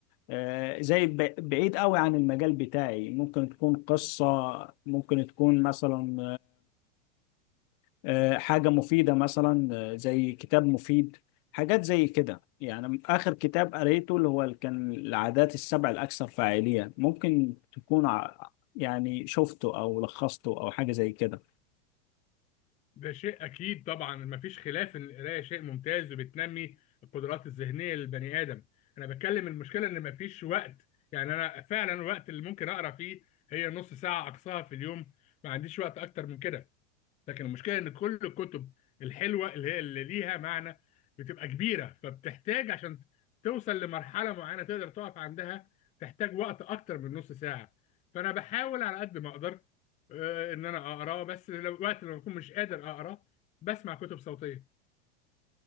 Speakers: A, on the left; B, on the left.
A: آه، زي ب- بعيد قوي عن المجال بتاعي ممكن تكون قصة ممكن تكون مثلا آه، حاجة مفيدة مثلا آه، زي كتاب مفيد حاجات زي كده يعني آخر كتاب قريته اللي هو كان العادات السبع الأكثر فاعلية ممكن تكون ع- يعني شفته أو لخصته أو حاجة زي كده
B: ده شيء اكيد طبعا مفيش خلاف ان القرايه شيء ممتاز وبتنمي القدرات الذهنيه للبني ادم انا بتكلم المشكله ان مفيش وقت يعني انا فعلا الوقت اللي ممكن اقرا فيه هي نص ساعه اقصاها في اليوم ما عنديش وقت اكتر من كده لكن المشكله ان كل الكتب الحلوه اللي هي اللي ليها معنى بتبقى كبيره فبتحتاج عشان توصل لمرحله معينه تقدر تقف عندها تحتاج وقت اكتر من نص ساعه فانا بحاول على قد ما اقدر آه، ان انا اقرا بس لو وقت لما بكون مش قادر اقرا بسمع كتب صوتيه